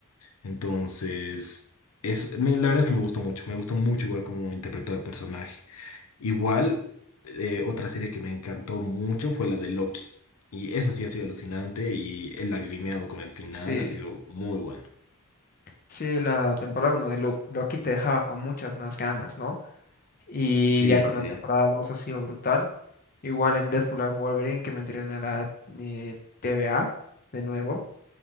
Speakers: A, on the left; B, on the left.
A: Entonces, es, me- la verdad es que me gustó mucho, me gustó mucho igual cómo interpretó el personaje. Igual, eh, otra serie que me encantó mucho fue la de Loki. Y esa sí ha sido alucinante y el lagrimeado con el final
B: Sí,
A: ha sido muy bueno.
B: sí, la temporada uno de Lu- Loki te dejaba con muchas más ganas, ¿no? Y
A: Sí,
B: ya con
A: sí.
B: la temporada 2 ha sido brutal. Igual en Deadpool and Wolverine que me entrené en la eh, TVA de nuevo.